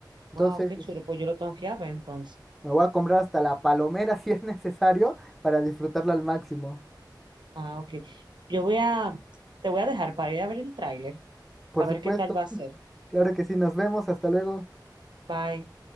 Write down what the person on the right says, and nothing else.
Wow, qué chulo. Pues yo lo tengo que ir a ver entonces.
Ah, ok. Yo voy a, te voy a dejar para ir a ver el tráiler,
a ver
qué tal va a ser.
Bye.